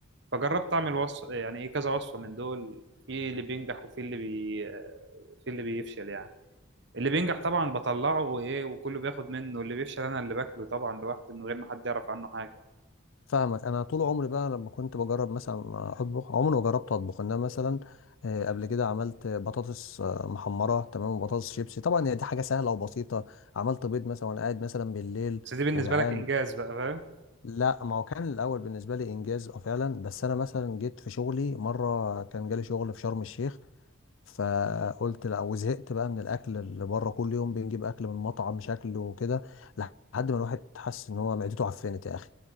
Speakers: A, on the right; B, on the left.
A: فجربت اعمل وصف يعني ايه كذا وصفه من دول في اللي بينجح وفي اللي بي في اللي بيفشل يعني اللي بينجح طبعا بطلعه وايه وكله بياخد منه اللي بيفشل انا اللي باكله طبعا لوحدي من غير ما حد يعرف عنه حاجه
B: فاهمك انا طول عمري بقى لما كنت بجرب مثلا اطبخ عمري ما جربت اطبخ انما مثلا آه، قبل كده عملت بطاطس آه، محمره تمام وبطاطس شيبسي طبعا هي دي حاجه سهله وبسيطه عملت بيض مثلا وانا قاعد مثلا بالليل
A: بس دي بالنسبه
B: وجعان
A: لك انجاز بقى فاهم
B: لا ما هو كان الاول بالنسبه لي انجاز اه فعلا بس انا مثلا جيت في شغلي مره كان جالي شغل في شرم الشيخ فقلت لا وزهقت بقى من الاكل اللي بره كل يوم بنجيب اكل من مطعم شكله وكده لحد ما الواحد حس ان هو معدته عفنت يا اخي